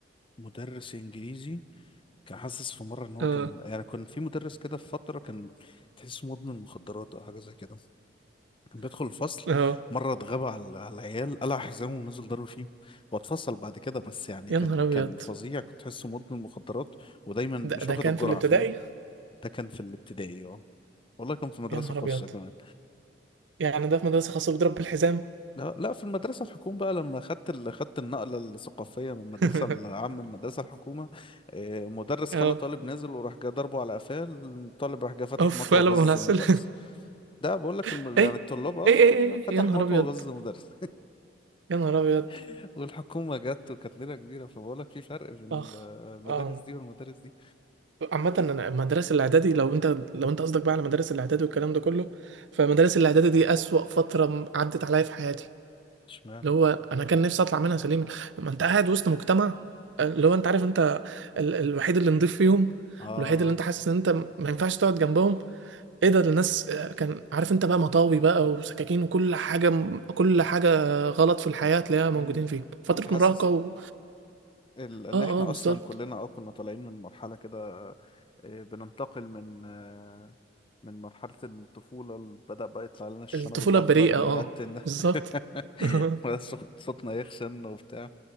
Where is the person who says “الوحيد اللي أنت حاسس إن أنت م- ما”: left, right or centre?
Right